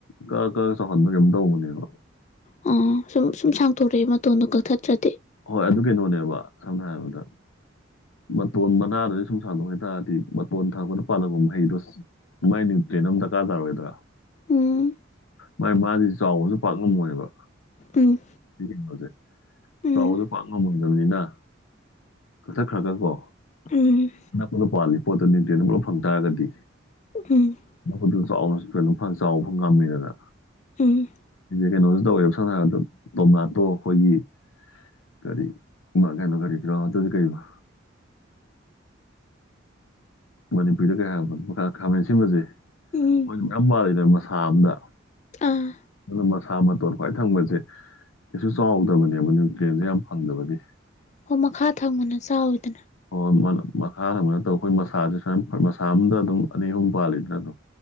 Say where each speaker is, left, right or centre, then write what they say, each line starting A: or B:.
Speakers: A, on the left (about 85°); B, on the left (about 35°).
A: ꯀꯛꯑꯥ ꯀꯛꯑꯥ ꯆꯥꯎꯧꯍꯟꯕ꯭ꯔꯥ ꯀꯩꯅꫭꯝ ꯇꯧꯕꯅꯦꯕ
B: ꯑꯣ ꯁꯨꯝ ꯁꯨꯝ ꯁꯥꯡꯊꯣꯔꯛꯑꯦ ꯃꯇꯣꯟꯗꯣ ꯀꯛꯊꯠꯇ꯭ꯔꯥꯗꯤ
A: ꯍꯣꯏ ꯑꯗꯨ ꯀꯩꯅꯣꯅꯦꯕ ꯁꯝꯅꯥ ꯍꯥꯏꯔꯕꯗ ꯃꯇꯣꯟ ꯃꯅꯥꯗꯨꯗꯩ ꯁꯨꯝ ꯁꯥꯎꯇꫭꯛꯈꯤ ꯇꯥꯔꯗꯤ ꯃꯇꯣꯟ ꯊꯪꯛꯄꯗꯥ ꯄꯥꯜꯍꯧꯕ ꯃꯍꯩꯗꯣ ꯃꯥꯏ ꯅꯤꯌꯨ꯭ꯟꯇꯔ‌ꯦꯟ ꯑꯝꯥ ꯗꯔꯀꯥ ꯇꯥꯔꯣꯏꯗꯔꯥ
B: ꯎꯝ
A: ꯃꯥꯏ ꯃꯥꯗꯤ ꯆꯥꯎꯕꯁꯨ ꯄꯥꯛ ꯉꯝꯃꯣꯏꯕ
B: ꯎꯝ
A: ꯍꯅꯖꯦ <unintelligible>
B: ꯎꯝ
A: ꯆꯥꯎꯕꯁꯨ ꯄꯥꯛ ꯉꯝꯃꯣꯏꯗꯕꯅꯤꯅ ꯀꯛꯊꯠ ꯈ꯭ꯔꯥꯒ ꯀꯣ
B: ꯎꯝ
A: ꯑꯅꯛꯄꯗꯥ ꯄꯥꯜꯂꯤ ꯄꯣꯠꯇꯣ ꯅꯤꯌꯨ꯭ꯇꯔ‌ꯦꯟ ꯄꯨꯂꯞ ꯐꯪ ꯇꯥꯔꯒꯗꯤ
B: ꯎꯝ
A: <unintelligible> ꯆꯥꯎꯅ ꯀꯩꯅꯣ ꯆꯥꯎꯕ ꯉꯝꯃꯤꯗꯅ
B: ꯎꯝ
A: ꯀꯩꯅꯣꯁꯨ ꯇꯧꯋꯦꯕ ꯁꯝꯅꯥ ꯍꯥꯏꯔꯕꯗ ꯇꯣꯃꯥꯇꯣ ꯑꯩꯈꯣꯏꯒꯤ ꯀꯔꯤ ꯃꯥ ꯀꯅꯣ ꯀꯔꯤ ꯀꯥꯎ ꯇꯗꯤ ꯀꯩꯕ ꯃꯅꯤꯄꯨꯔꯤꯗ ꯀꯩ ꯍꯥꯏꯕꯅꯣ ꯃꯈ ꯈꯥꯃꯦꯟ ꯑꯁꯤꯟꯕꯁꯦ
B: ꯎꯝ
A: ꯃꯣꯏꯁꯨ ꯃꯌꯥꯝ ꯄꯥꯜꯂꯤ ꯅ ꯃꯁꯥ ꯑꯝꯗ
B: ꯑꯥ
A: ꯑꯗꯨ ꯃꯁꯥ ꯃꯇꯣꯟ ꯈ꯭ꯋꯥꯏ ꯊꯪꯕꯁꯦ ꯀꯩꯁꯨ ꯆꯥꯎꯗꯕꯅꯦꯕ ꯅ꯭ꯌꯨꯇ꯭ꯔꯤꯌꯦꯟꯁꯦ ꯌꯥꯝ ꯐꯪꯗꯕꯒꯤ
B: ꯑꯣ ꯃꯈꯥ ꯊꯪꯕꯅ ꯆꯥꯎꯋꯤꯗꯅ
A: ꯍꯣꯏ ꯃꯠ ꯃꯈꯥ ꯊꯪꯕ ꯅꯇꯕ ꯑꯩꯈꯣꯏ ꯃꯁꯥꯁꯦ ꯁꯨꯏꯅ ꯃꯁꯥ ꯑꯝꯗ ꯑꯗꯨꯝ ꯑꯅꯤ ꯑꯍꯨꯝ ꯄꯥꯜꯂꯤꯗꯅ ꯑꯗꯨꯝ